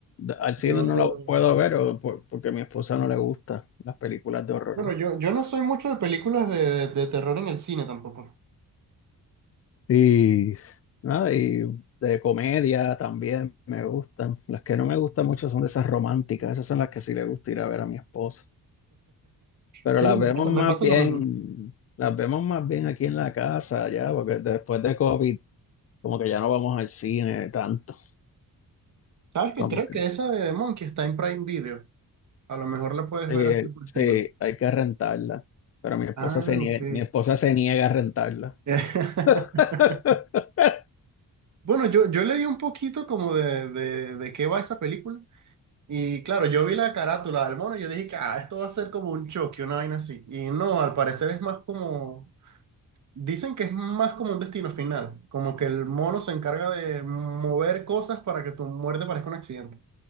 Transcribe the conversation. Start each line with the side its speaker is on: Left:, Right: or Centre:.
Left: al cine
Right: Yo,
Left: no la puedo ver o por- porque a mi esposa no le gustan las películas de horror.
Right: bueno, yo, yo no soy mucho de películas de, de- de terror en el cine tampoco.
Left: Y nada, y de comedia también me gustan. Las que no me gustan mucho son de esas románticas, esas son las que sí le gusta ir a ver a mi esposa. Pero
Right: Sí,
Left: las
Right: me
Left: vemos
Right: pasa, me
Left: más
Right: pasa
Left: bien,
Right: lo mismo.
Left: las vemos más bien aquí en la casa ya, porque después de COVID, como que ya no vamos al cine tanto.
Right: ¿Sabes qué?
Left: Como
Right: Creo
Left: que
Right: que esa de The Monkey está en Prime Video. A lo mejor la puedes
Left: sí,
Right: ver así por streaming.
Left: sí, hay que rentarla. Pero mi esposa
Right: Ah,
Left: se niega,
Right: ok.
Left: mi esposa se niega a rentarla.
Right: <laughs>
Left: <laughs>
Right: Bueno, yo, yo leí un poquito como de, de, de qué va esa película. Y claro, yo vi la carátula del mono y yo dije que ah, esto va a ser como un choque, una vaina así. Y no, al parecer es más como Dicen que es más como un destino final, como que el mono se encarga de mover cosas para que tu muerte parezca un accidente.